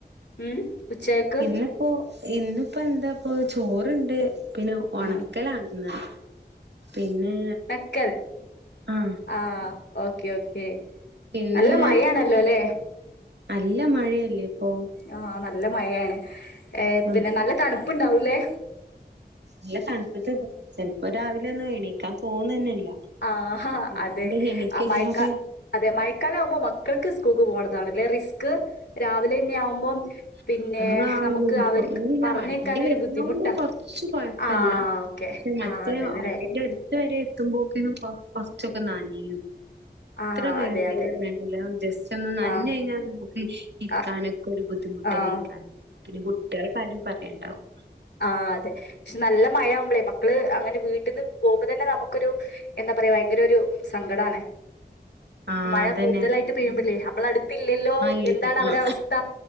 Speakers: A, on the left; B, on the right.
A: ഉം ഉച്ചക്ക്
B: ഇന്നപ്പോ ഇന്നിപ്പോ എന്താ ഓ ചോറണ്ട്, പിന്നെ ഉണക്കലാണ്
A: ആ
B: ഇന്ന് പിന്നെ
A: ക്കൽ
B: ആഹ്
A: ആ ഓക്കെ ഓക്കേ.
B: പിന്നെ
A: നല്ല മഴയാണല്ലോ അല്ലെ?
B: നല്ല മഴയല്ലേ ഇപ്പൊ
A: ആഹ് ന ല്ല മഴയാണ്. എ
B: ആഹ്
A: പിന്നെ നല്ല തണു പ്പ്ണ്ടാവുല്ലേ
B: നല്ല തണുപ്പത്ത് ചെൽപ്പം രാവിലൊന്നും എണീക്കാൻ തോന്നന്നെല്ല
A: ആഹ
B: ഇല്ലാണ്ട്
A: അതെ
B: എണീക്കല്ലാതെ
A: ആ മഴക്കാ അതെ മഴക്കാലാകുമ്പോ മക്കൾക്ക് സ്കൂൾക്ക് പോണം അതാണല്ലേ റിസ്ക് ക് രാവിലന്നെ ആവുമ്പം
B: <unintelligible>
A: പിന്നെ നമുക്ക് അവർക്ക് പറഞ്ഞേക്കാൻ
B: വണ്ടി വരുന്നോണ്ട്
A: ഒരു ബുദ്ധിമുട്ടാ
B: കൊർച്ച് കൊഴപ്പല്ല
A: ആഹ് ഓക്കെ
B: ക്ഷെ നചേ
A: ആഹ് അതന്നെല്ലേ
B: വണ്ടിന്റെ അട്ത്ത് വരെ എത്തുമ്പോ കെന്നും കൊ കൊർച്ചൊക്കെ നനയും
A: ആഹ്
B: എത്ര കരുതിയാലും
A: അതെ അതെ
B: വേണ്ടില്ല ജസ്റ്റ് ഒന്ന് നൻഞ്ഞഴിഞ്ഞാൽ
A: ആഹ്
B: <unintelligible> ഇക്കാനൊക്കെരു
A: ആഹ്
B: ബുദ്ധിമുട്ട ട്ടലയ്ക്കാരം
A: ആഹ്
B: പിന്നെ കുട്ട്യേളെകാര്യം പർ ണ്ടാവും
A: ആ അതെ ക്ഷെ നല്ല മഴകുമ്പളേ മക്കള് അങ്ങനെ വീട്ട്ന്ന് പോവുമ്പ തന്നെ നമുക്കൊരു എന്താ പറയാ ഭയങ്കരൊരു സങ്കടാണ്
B: ആ
A: മഴ
B: അതന്നെ
A: കൂടുതലായിട്ട് പെയ്യുമ്പല്ലേ നമ്മളട്ത്തില്ലല്ലോ
B: ആ ഇടി
A: എന്താണ് അവരെ
B: ആ
A: അവസ്ഥ